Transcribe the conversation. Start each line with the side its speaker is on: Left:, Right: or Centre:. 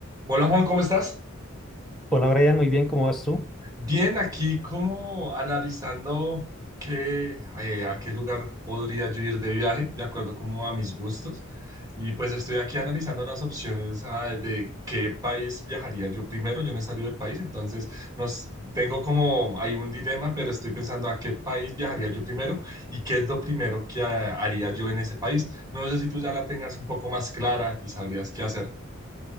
Right: Hola Juan, ¿cómo estás?
Centre: Hola Brian, muy bien, ¿cómo vas tú?
Right: Bien, aquí como analizando qué, eh, a qué lugar podría yo ir de viaje, de acuerdo como a mis gustos. Y pues estoy aquí analizando las opciones ah, de qué país viajaría yo primero. Yo no he salido del país, entonces nos, tengo como hay un dilema, pero estoy pensando a qué país viajaría yo primero y qué es lo primero que ah, haría yo en ese país. No sé si tú ya la tengas un poco más clara y sabrías qué hacer.